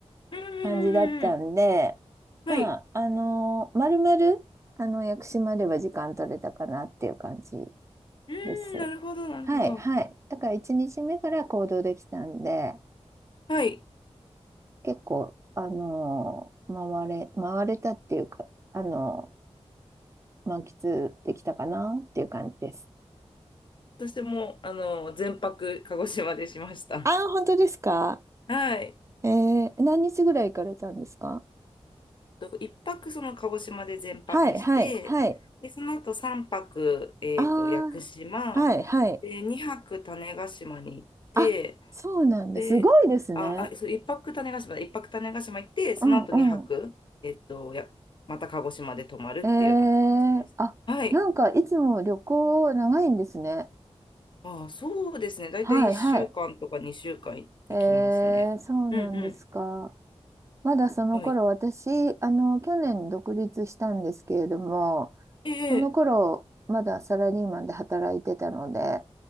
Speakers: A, on the left (about 45°); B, on the right (about 25°).
A: うんうんうんうん
B: 感じだったんで、
A: はい。
B: まあ、あのまるまる、あの、屋久島では時間取れたかなっていう感じ
A: うーん、
B: です。
A: なるほど、なるほど。
B: はい、はい。だから一日目から行動できたんで、
A: はい。
B: 結構、あの回れ、回れたっていうか、あの満喫できたかなっていう感じです。
A: 私も、あの、全泊鹿児島でしました。
B: ああ、本当ですか
A: はい。
B: えー、何日ぐらい行かれたんですか
A: と、1泊その鹿児島で全泊して、
B: はい、はい、はい。
A: で、その後3泊、えーと、
B: ああ、
A: 屋久島、
B: はい、はい。
A: で、2泊種子島に行って、
B: あ、そうなんだ。
A: で、
B: すごいですね。
A: あ、あ、そう、1泊種子島だ、1泊種子島行って、その後2泊、
B: うん、う
A: えっと、や、また鹿児島で泊まるっていうような形でした。
B: ん。えー、あ、
A: はい。
B: なんかいつも旅行長いんですね。
A: あ、そうですね。だいたい1週間とか2週間行きますね。
B: はい、はい。えー、そうなんですか。
A: うんう
B: まだその頃、
A: ん。はい。
B: 私、あの、去年独立したんですけれども、
A: ええ、
B: その頃、まだサラリーマンで働いてたので、